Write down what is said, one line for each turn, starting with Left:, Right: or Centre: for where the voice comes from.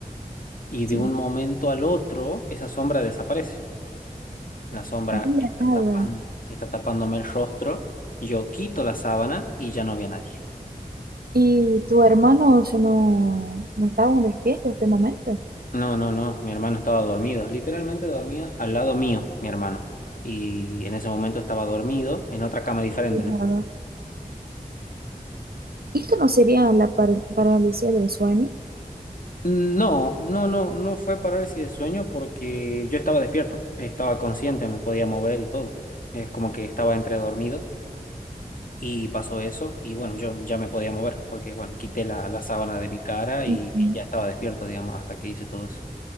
Left: Y de
Right: sí,
Left: un momento al otro, esa sombra desaparece. La sombra
Right: de
Left: está
Right: la nada.
Left: tapando, está tapándome el rostro. Yo quito la sábana y ya no había nadie.
Right: ¿Y tu hermano eso no, no estaba despierto en este momento?
Left: No, no, no, mi hermano estaba dormido, literalmente dormía al lado mío, mi hermano. Y en ese momento estaba dormido en otra cama diferente,
Right: De
Left: ¿no?
Right: nada. Esto no sería la par- parálisis del sueño.
Left: No, no, no, no fue parálisis de sueño porque yo estaba despierto, estaba consciente, me podía mover y todo. Es como que estaba entre dormido y pasó eso y bueno, yo ya me podía mover porque bueno, quité la, la sábana de mi cara y
Right: Ujú.
Left: ya estaba despierto, digamos, hasta que hice todo eso.